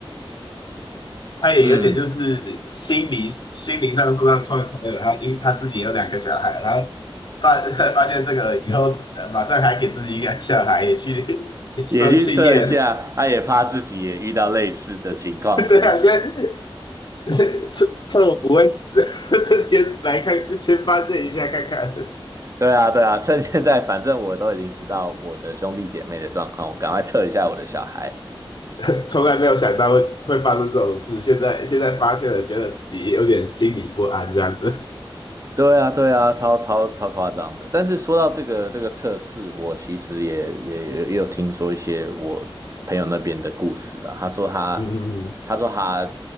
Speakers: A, on the left; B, on the right.
A: 他也有点就是心理心灵上受到创伤了，
B: 嗯，
A: 他因他自己有两个小孩，然后发 <laughs> 发现这个以后，呃马上还给自己一个小孩也去 <laughs> 生去验，
B: 也去测一下，他也怕自己也遇到类似的情况，
A: <laughs> 对啊，
B: 是不是？
A: 先 <laughs> 趁趁我 <laughs> 不会死 <laughs> 这先来看，先发现一下看看。
B: 对啊，对啊，趁现在，反正我都已经知道我的兄弟姐妹的状况，我赶快测一下我的小孩。
A: <laughs> 从来没有想到会会发生这种事，现在现在发现了，觉得自己有点心里不安这样子。
B: 对啊，对啊，超超超夸张的。但是说到这个这个测试，我其实也也也也有听说一些我朋友那边的故事啦。他说他
A: <laughs> 嗯嗯嗯
B: 他说他